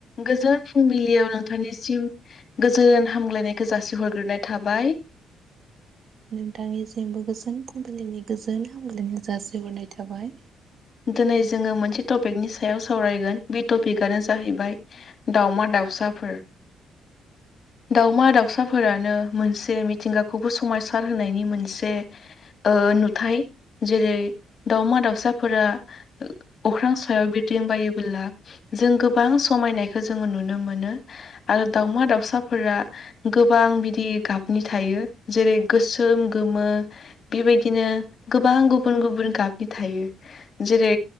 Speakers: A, on the left; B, on the right.
A: गोजोन फुंबिलियाव नोंथांनिसिम गोजोन हामलायनायखो जासिहरग्रोनाय थाबाय।
B: नोंथांनिसिमबो गोजोन फुंबिलिनि गोजोन हामलायनाय जासिहरनाय थाबाय।
A: दिनै जोङो मोनसे टपिकनि सायाव सावरायगोन बे टपिकनो जाहैबाय दावमा-दाउसाफोर। दावमा-दाउसाफोरानो मोनसे मिथिंगाखौबो समायसार होनायनि मोनसे ओ नुथाय जेरै दावमा-दाउसा- फोरा अख्रां सायाव बिरदिं बायोबोला जों गोबां समायनायखौ जोङो नुनो मोनो आरो दाावमा दाउसाफोरा गोबां बिदि गाबनि थायो जेरै गोसोम गोमो। बे बायदिनो गोबां गुबुन गुबुन गाबनि थायो। जेरै